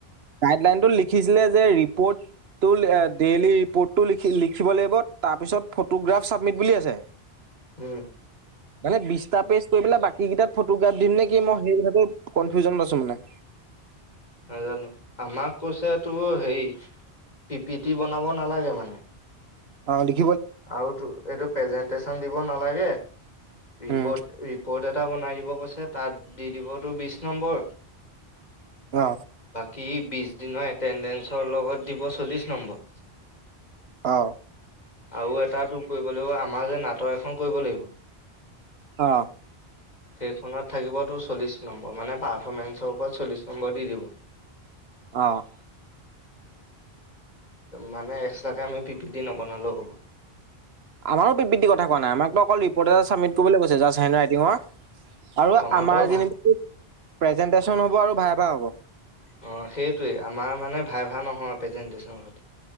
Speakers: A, on the right; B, on the left.
A: গাইডলাইন টোত লিখিছিলে যে ৰিপৰ্ট টো ডেইলি ৰিপৰ্টটো লিখিব লাগিব তাৰপিছত ফটোগ্ৰাফ চা মিত বুলি আছে।
B: উম।
A: মানে বিছটা পেষ্ট কৰি পেলাই বাকী কেইটা ফটোগ্ৰাফ দিম নে মই সেই কথাটো <unintelligible> কনফিউজনত আছো মানে।
B: নাজানো, আমাক কৈছে টো হেৰি, পি পিটি বনাব নালাগে মানে।
A: অ' লিখ
B: আওতো এটোত প্ৰেজেন্টেচন দিব নালাগে। ৰিপ'ৰ্ট,
A: উম
B: ৰিপ'ৰ্ট এটা বন বনাই দিব কৈছে তাত দি দিব টো বিশ নম্বৰ।
A: অহ।
B: কী বিছ দিনৰ এটেণ্ডেসৰ লগত দিব চল্লিছ নম্বৰ।
A: অ
B: আৰু এটা এইটো কৰিব লাগিব, আমাৰ যে নাট টক এখন কৰিব লাগিব।
A: অ।
B: এইখনত থাকিব তোৰ চল্লিশ নম্বৰ। মানে পাৰ্ফমেন্ঞ্চৰ ওপৰত চল্লিশ নম্বৰ দি দিব।
A: অহ।
B: মানে এক্সট্ৰাকে আমি পি পি টি নবনালেও হ'ব।
A: আমাৰো পি পি টি কথা কোৱা নাই। আমাকতো অকল ৰিপৰ্ট এটা চাবমিট কৰিবলৈ কৈছে, জাষ্ট হেণ্ডৰাইটিঙৰ। আৰু
B: তহঁতৰ
A: আমাৰ
B: ভাল
A: যেনিবা প্ৰেজেন্টেচন হ'ব আৰু ভাইভা হ'ব।
B: অ সেইটোৱেই। আমাৰ মানে ভাইভা নহয়, প্ৰেজেণ্টেচন হ'ব।